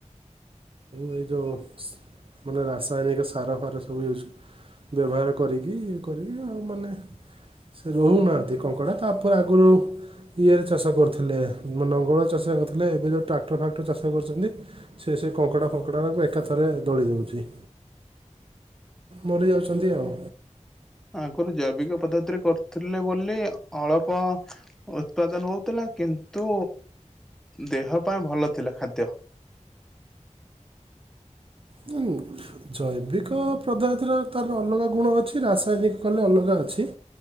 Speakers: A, on the right (about 45°); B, in the centre.
A: ଏ ଯୋଉ ମାନେ ରାସାୟନିକ ସାର ଫାର ସବୁ ୟୁଜ୍ ବ୍ୟବହାର କରିକି, ଇଏ କରିକି ଆଉ ମାନେ ରହୁନାହାନ୍ତି କଙ୍କଡ଼ା, ତାପରେ ଆଗୁରୁ ଇଏରେ ଚାଷ କରୁଥିଲେ, ନଙ୍ଗଳ ଚାଷ କରୁଥିଲେ, ଏବେ ଯୋଉ ଟ୍ରାକ୍ଟର ଫାକ୍ଟର ଚାଷ କରୁଛନ୍ତି। ସିଏ ସେ କଙ୍କଡା ଫଙ୍କଡାକୁ ଏକାଥରେ ଦଳି ଦଉଛି। ମରିଯାଉଛନ୍ତି ଆଉ।
B: ଆଗୁରୁ ଜୈବିକ ପଦ୍ଧତିରେ କରୁଥିଲେ ବୋଲି ଅଳପ ଉତ୍ପାଦନ ହଉଥିଲା, କିନ୍ତୁ ଦେହ ପାଇଁ ଭଲ ଥିଲା ଖାଦ୍ୟ।
A: ହୁଁ। ଜୈବିକ ପଧତିର ତାର ଅଲଗା ଗୁଣ ଅଛି, ରାସାୟନିକ କଲେ ଅଲଗା ଅଛି।